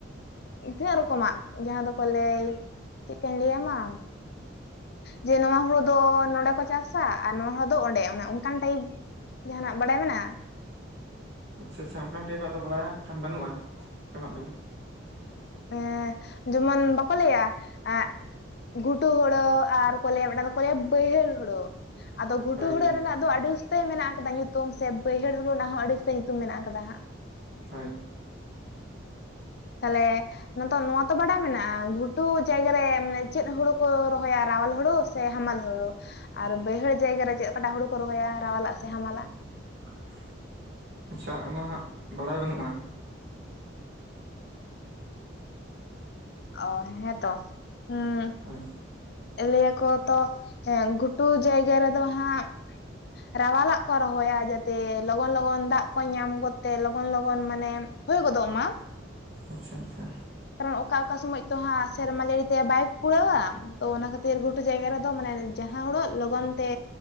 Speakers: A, on the left; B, on the right.
A: ᱛᱤᱱᱟᱹᱜ ᱨᱚᱠᱚᱢᱟᱜ ᱡᱟᱦᱟᱸ ᱫᱚᱠᱚ ᱞᱟᱹᱭ ᱪᱮᱫᱠᱟᱧ ᱞᱟᱹᱭᱟᱢᱟ ᱡᱮ ᱱᱚᱣᱟ ᱦᱩᱲᱩ ᱫᱚ ᱱᱚᱰᱮ ᱠᱚ ᱪᱟᱥᱟ ᱟᱨ ᱱᱚᱣᱟ ᱦᱩᱲᱩ ᱫᱚ ᱚᱸᱰᱮ ᱚᱱᱟ ᱚᱱᱠᱟᱱ ᱴᱟᱭᱤᱯ ᱡᱟᱦᱟᱱᱟᱜ ᱵᱟᱲᱟᱭ ᱢᱮᱱᱟᱜᱼᱟ᱾
B: ᱟᱪᱪᱷᱟ ᱟᱪᱪᱷᱟ ᱚᱱᱠᱟᱱ ᱴᱟᱭᱤᱯᱟᱜ ᱫᱚ ᱵᱟᱲᱟᱭᱟᱜ ᱠᱷᱟᱱ ᱵᱟᱹᱱᱩᱜᱼᱟ ᱚᱱᱠᱟᱱᱟᱜ ᱫᱚ
A: ᱦᱮᱸ ᱡᱮᱢᱚᱱ ᱵᱟᱠᱚ ᱞᱟᱹᱭᱟ ᱮᱸ ᱜᱷᱩᱴᱩ ᱦᱩᱲᱟᱹ ᱟᱨ ᱠᱚ ᱞᱟᱹᱭᱟ ᱢᱤᱫᱴᱟᱝ ᱫᱚᱠᱚ ᱞᱟᱹᱭᱼᱟ ᱵᱟᱹᱭᱦᱟᱹᱲ ᱦᱩᱲᱩ ᱟᱫᱚ ᱜᱷᱩᱴᱩ
B: ᱦᱳᱭ
A: ᱦᱩᱲᱟᱹ
B: ᱦᱳᱭ
A: ᱨᱮᱱᱟᱜ ᱫᱚ ᱟᱹᱰᱤ ᱢᱮᱱᱟᱜ ᱠᱟᱫᱟ' ᱧᱩᱛᱩᱢ ᱥᱮ ᱵᱟᱹᱭᱦᱟᱹᱲ ᱦᱩᱲᱩ ᱨᱮᱱᱟᱜ ᱦᱚᱸ ᱟᱰᱤ ᱩᱥᱛᱟᱹᱭ ᱧᱩᱛᱩᱢ ᱢᱮᱱᱟᱜ ᱠᱟᱫᱟ' ᱦᱟᱜ
B: ᱦᱳᱭ
A: ᱛᱟᱦᱚᱞᱮ ᱱᱚᱣᱟᱛᱚ ᱱᱚᱣᱟ ᱛᱚ ᱵᱟᱰᱟᱭ ᱢᱮᱱᱟᱜᱼᱟ, ᱜᱷᱩᱴᱩ ᱡᱟᱭᱜᱟ ᱨᱮ ᱢᱟᱱᱮ ᱪᱮᱫ ᱦᱩᱲᱩ ᱠᱚ ᱨᱚᱦᱚᱭᱟ ᱨᱟᱣᱟᱞ ᱦᱩᱲᱩ ᱥᱮ ᱦᱟᱢᱟᱞ ᱦᱩᱲᱩ, ᱟᱨ ᱵᱟᱹᱭᱦᱟᱹᱲ ᱡᱟᱭᱜᱟ ᱨᱮ ᱪᱮᱫᱠᱟᱴᱟᱜ ᱦᱩᱲᱩ ᱠᱚ ᱨᱚᱦᱚᱭᱼᱟ, ᱨᱟᱣᱟᱞᱟᱜ ᱥᱮ ᱦᱟᱢᱟᱞᱟᱜ?
B: <inaudible> ᱟᱪᱪᱷᱟ ᱚᱱᱟ ᱦᱟᱸᱜ ᱵᱟᱲᱟᱭ ᱵᱟᱹᱱᱩᱜᱼᱟ᱾
A: ᱚ ᱦᱮᱸᱛᱚ ᱦᱩᱸ
B: ᱦᱳᱭ
A: ᱞᱟᱹᱭᱟᱠᱚ ᱛᱚ ᱦᱮᱸ ᱜᱷᱩᱴᱩ ᱡᱟᱭᱜᱟ ᱨᱮᱫᱚ ᱦᱟᱸᱜ ᱨᱟᱣᱟᱞᱟᱜ ᱠᱚ ᱨᱚᱦᱚᱭᱟ ᱡᱟᱛᱮ ᱞᱚᱜᱚᱱ ᱞᱚᱜᱚᱱ ᱫᱟᱜ ᱠᱚᱭ ᱧᱟᱢ ᱜᱚᱫᱛᱮ ᱞᱚᱜᱚᱱ ᱞᱚᱜᱚᱱ ᱢᱟᱱᱮ ᱦᱩᱭ ᱜᱚᱫᱚᱜ ᱢᱟ᱾
B: ᱟᱪᱪᱷᱟ ᱟᱪᱪᱷᱟ
A: ᱟᱨᱦᱚ ᱚᱠᱟ ᱚᱠᱟ ᱥᱚᱢᱚᱭ ᱛᱚ ᱦᱟᱸᱜ ᱥᱮᱨᱢᱟ ᱡᱟᱹᱲᱤ ᱛᱮ ᱵᱟᱭ ᱠᱩᱲᱟᱹᱣᱼᱟ, ᱛᱚ ᱚᱱᱟ ᱠᱷᱟᱹᱛᱤᱨ ᱜᱷᱩᱴᱩ ᱡᱟᱭᱜᱟ ᱨᱮ ᱫᱚ ᱢᱟᱱᱮ ᱡᱟᱦᱟᱸ ᱦᱚᱲᱟᱜ ᱞᱚᱜᱚᱱ ᱛᱮ